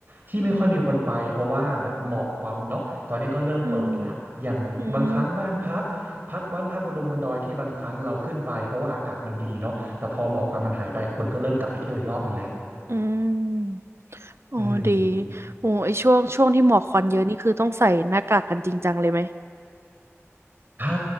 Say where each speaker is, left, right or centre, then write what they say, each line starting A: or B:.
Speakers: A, on the right; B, on the right.
A: ที่ไม่ค่อยมีคนไปเพราะว่าแบบหมอกควันเนาะตอนนี้ก็เริ่มเปิดละอย่างบางครั้งบ้านพักพักบ้านพักบนดงบนดอยที่บางครั้งเราขึ้นไปเพราะว่าอากาศมันดีเนาะแต่พอหมอกควันมันหายไปคนก็เริ่มกลับไปเที่ยวอีกรอบหนึ่งแล้ว
B: อืมอืมอืมอ๋อดี
A: อืม
B: โอ้ไอช่วงช่วงที่หมอกควันเยอะนี่คือต้องใส่หน้ากากกันจริงจังเลยไหม
A: ถ้า